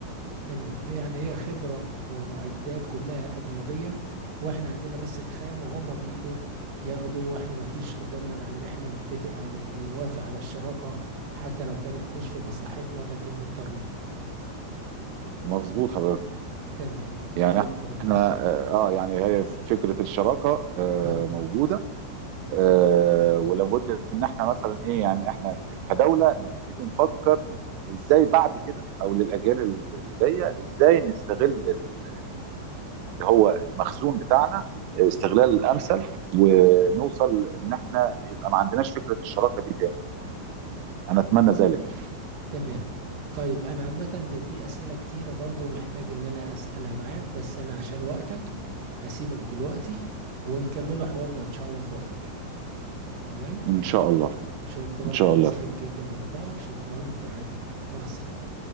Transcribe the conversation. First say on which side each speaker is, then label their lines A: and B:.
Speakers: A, on the right; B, on the right.
A: تمام هي يعني هي خبرة ومعدات كلها أجنبية وإحنا عندنا بس الخام وهم بيجوا ياخدوا وإحنا ما فيش قدامنا غير إن إحنا نتفق يعني نوافق على الشراكة حتى لو كانت مش في مصلحتنا لكن مضطرين
B: مظبوط حضرتك
A: تمام
B: يعني
A: شكرا
B: احنا اه آه، يعني هي فكره الشراكه آه
A: آه
B: موجوده آه ولابد ان احنا مثلا ايه يعني احنا كدوله نبتدي نفكر ازاي بعد كده او للاجيال اللي جايه ازاي نستغل ال- اللي هو المخزون بتاعنا آه، استغلال الامثل ونوصل ان احنا يبقى ما عندناش فكره الشراكه دي تاني انا اتمنى ذلك يعني.
A: تمام طيب أنا عامة في أسئلة كتيرة برضو محتاج إن أنا أسألها معاك بس أنا عشان وقتك أسيبك دلوقتي ونكمله حوارنا إن شاء الله في وقت تاني تمام
B: ان شاء الله
A: شكرا
B: ان شاء
A: أنا
B: الله
A: سعيد جدا بلقائك شكرا في رعاية الله مع السلامة